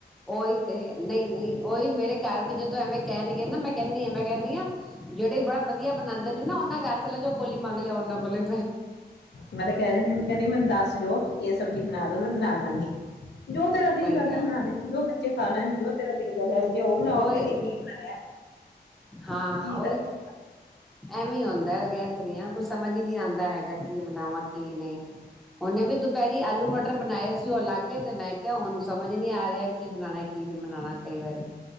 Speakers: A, in the centre; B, on the left.
A: ਉਹੀ ਤੇ ਨਹੀਂ ਨਹੀਂ ਉਓਹੀ ਮੇਰੇ ਘਰ ਵੀ ਜਦੋਂ ਐਵੇਂ ਕਹਿਣਗੇ ਨਾ ਮੈਂ ਕਹਿੰਦੀ ਐ ਮੈਂ ਕਹਿੰਦੀ ਹਾਂ ਜਿਹੜੇ ਬੜਾ ਵਧੀਆ ਬਣਾਉਂਦੇ ਨੇ ਨਾ ਉਹਨਾਂ ਘਰ ਜੋ ਕੋਲੀ ਮਗਲੇ ਉਹਨ ਕੋਲ ਲੀ
B: ਮੈਂ ਤੇ ਕਹਿ ਦੇਣੀ ਹ ਕਹਿੰਣੀ ਮੈਨੂੰ ਦੱਸ ਜੋ ਇਹ ਸਬਜ਼ੀ ਬਣਾ ਦੋ ਮੈਂ ਬਣਾ ਦਾਂਗੀ ਜੋ ਤੇਰਾ
A: ਸਹੀ
B: ਦਿਲ ਕਰਦਾ
A: ਗੱਲ
B: ਬਣਾ ਦੇ ਜੋ ਬੱਚੇ ਖਾ ਲੈਣ ਜੋ <unintelligible> ਜੇ ਉਹ ਬਣਾਓ
A: ਉਹੀ
B: ਫੇਰ ਇਹ
A: ਤੇ
B: ਕੀ ਬਣਾਇਆ।
A: ਹਾਂ
B: ਕੀ
A: ਓਹੀ
B: ਕਰੇਗਾ
A: ਐਵੇ <unintelligible> ਕੁਛ ਸਮਝ ਹੀ ਨਹੀਂ ਆਉਂਦਾ ਹੈਗਾ ਕੀ ਬਣਾਵਾਂ ਕੀ ਨਹੀਂ ਹੁਣੇ ਵੀ ਦੁਪਹਿਰੀ ਆਲੂ ਮਟਰ ਬਣਾਏ ਸੀ ਉਹ ਲੱਗ ਗਏ ਤੇ ਮੈਂ ਕਿਹਾ ਹੁਣ ਸਮਝ ਨੀ ਆ ਰਿਹਾ ਕੀ ਬਣਾਉਣਾ ਕੀ ਨੀ ਬਣਾਉਣਾ ਕਈ ਵਾਰੀ